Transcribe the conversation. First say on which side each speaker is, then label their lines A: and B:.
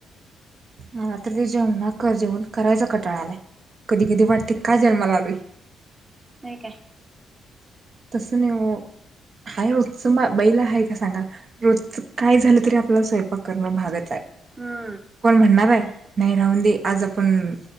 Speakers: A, on the right (about 45°); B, on the right (about 25°).
A: मलाात्र ते जेवना कर जेवन करायचा कटाळ आलाय कधी कधी वाटते का जन्माला आलोय
B: होय काय
A: तसेनेवे ओ हाय रोजच बैला आहे का सांगा रोज काय झालं तरी आपल्याला स्वयंपाक करणं भागत आहे
B: हम्म
A: कोण म्हणणार आहे नाही राहून दे आज आपण